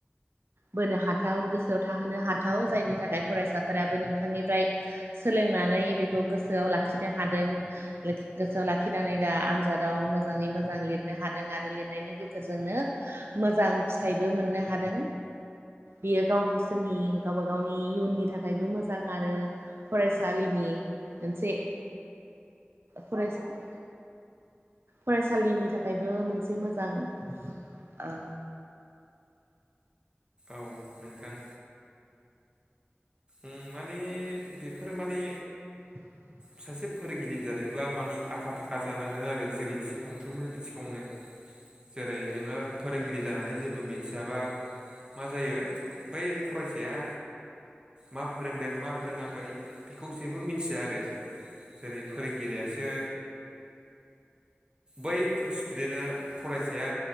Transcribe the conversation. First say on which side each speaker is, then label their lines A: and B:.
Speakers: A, on the right; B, on the right.
A: बोनो हाथाव गोसोआव थाहोनो हाथाव जायनि थाखाय फरायसाफोराबो नोंथांनिफ्राय सोलोंनानै बेखौ गोसोआव लाखिनो हादों गोसोआव लाखिनानै दा आनजादाव मोजाङै मोजां लिरनो हादों आरो लिरनायनि गेजे रजोंनो मोजां फिथाइबो मोननो हादों बियो गावसोरनि गावबा गावनि इयुननि थाखायबो मोजां आरो फरायसालिनि मोनसे फरायसा फरायसालिनि थाखायबो मोनसे मोजां ओ
B: औ नोंथां ओम माने बेफोर माने
A: <inaudible>
B: सासे फोरोंगिरि जानोब्ला मानि आखा फाखा जानांगोन आरो जेरै थि फारफ्रोमबो बिथिङावनो जेरै नोङो फोरोंगिरि जानानै जेबो मिनथियाबा मा जायो बै फरायसाया मा फोरोंदों मा फोरोङाखै बेखौ जेबो मिनथिया आरो जेरै फोरोंगिरियासो बै स्टुडेनआ फरायसाया